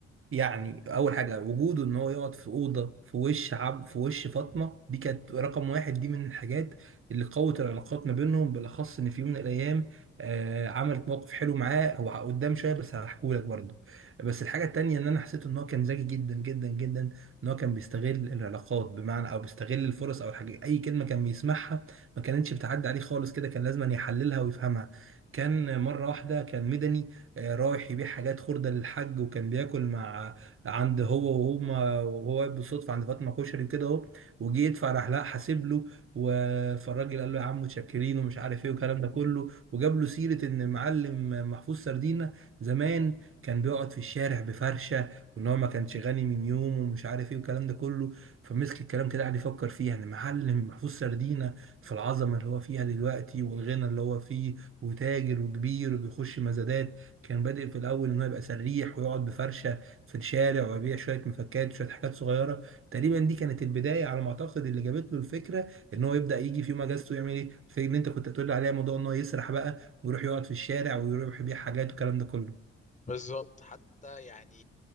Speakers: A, on the right; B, on the left.
A: يعني اول حاجه وجوده ان هو يقعد في اوضه في وش عب في وش فاطمه دي كانت رقم واحد دي من الحاجات اللي قوت العلاقات ما بينهم بالاخص ان في يوم من الايام آه عملت موقف حلو معاه هو قدام شويه بس هحكولك برضه بس الحاجه التانيه ان انا حسيت ان هو كان ذكي جدا جدا جدا ان هو كان بيستغل العلاقات بمعنى او بيستغل الفرص او الحاجه اي كلمه كان بيسمعها ما كانتش بتعدي عليه خالص كده كان لازم يحللها ويفهمها كان مره واحده كان مدني آه، رايح يبيع حاجات خردة للحاج وكان بياكل مع عند هو وهما وهو واقف بالصدفة عند فاطمة كشري كده اهو وجه يدفع راح لا حاسب له و- فالراجل قال له يا عم متشكرين ومش عارف ايه والكلام ده كله وجاب له سيرة ان معلم محفوظ سردينة زمان كان بيقعد في الشارع بفرشة وان هو ما كانش غني من يوم ومش عارف ايه والكلام ده كله فمسك الكلام كده قعد يفكر فيه يعني معلم محفوظ سردينة في العظمة اللي هو فيها دلوقتي والغنى اللي هو فيه وتاجر وكبير وبيخش مزادات كان بادئ في الاول ان هو يبقى سريح ويقعد بفرشه في الشارع ويبيع شويه مفكات وشويه حاجات صغيره تقريبا دي كانت البدايه على ما اعتقد اللي جابت له الفكره ان هو يبدا يجي في يوم اجازته يعمل ايه في ان انت كنت تقول لي عليها موضوع ان هو يسرح بقى ويروح يقعد في الشارع ويروح يبيع حاجات والكلام ده كله
B: بالظبط حتى يعني